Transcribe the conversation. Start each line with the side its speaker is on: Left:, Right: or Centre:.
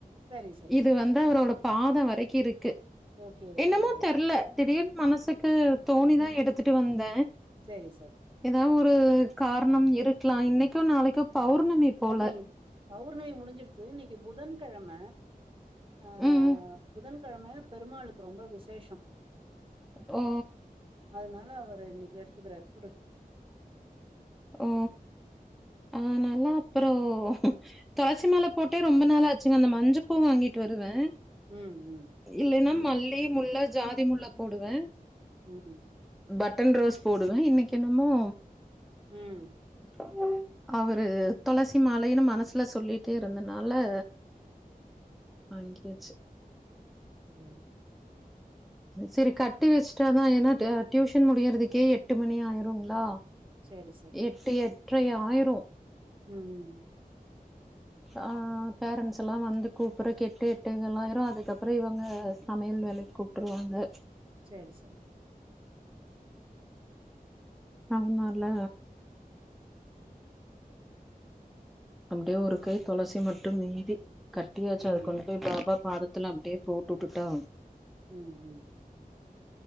Right: சரி சரி
Centre: இது
Right: சரி
Centre: வந்து அவரோட பாத வரைக் இருக்கு
Right: ஓகே ஓகே
Centre: என்னமோ தெர்ல திடீர்னு மனசுக்கு தோணிதா எடுத்துட்டு வந்த
Right: சரி சரி
Centre: ஏதா ஒரு காரணம் இருக்லா இன்னைக்கோ நாளைக்கோ பௌர்ணமி
Right: இல்லல்ல
Centre: போல.
Right: என் பௌர்ணமி முடிஞ்சிடுச்சு இன்னிக்கு புதன் கழம ஆ
Centre: ம்.
Right: புதன்கெழம பெருமாளுக்கு ரொம்ப விசேஷோ
Centre: ஓ
Right: அத்னால அவர் இன்னிக் எடுத்துக்குரார் உடு
Centre: ஓ அனால அப்பரோ துளசி மால போட்டே ரொம்ப நாளாச்சுங்க அந்த மஞ்ச பூ வாங்கிட் வருவே
Right: ம் ம்
Centre: இல்லைனா மல்லி முல்ல ஜாதி முல்ல போடுவே
Right: ம்உ
Centre: பட்டன் ரோஸ் போடுவேன் இன்னைக்கென்னமோ
Right: ம்
Centre: உஹம்! அவரு துளசி மாலையின்னு மனசுல சொல்லிட்டே இருந்தனால வாங்கியாச்சு
Right: ம்
Centre: சரி கட்டி வச்ட்டாதா ஏனா ட டியூஷன் முடியறதுக்கே எட்டு மணி ஆய்ருங்ளா
Right: சரி சரி சரி
Centre: எட்டு எட்ரை ஆயிரும்
Right: ம்
Centre: ஆ பேரண்ட்ஸ் எல்லா வந்து கூப்பட்றக்கு, எட்டு எட்டேகால் ஆயிரும். அதுக்கப்பறோ இவங்க சமையல் வேலைக்கு கூப் டுருவாங்க!
Right: சரி சரி
Centre: அவனால அப்டே ஒரு கை தொளசி மட்டு மீதி கட்டியாச்சு.
Right: ம்
Centre: அதுக்கொ போய் பாபா பாதத்துல அப்டே போட்டு உட்டுட்டா!
Right: ம் ம்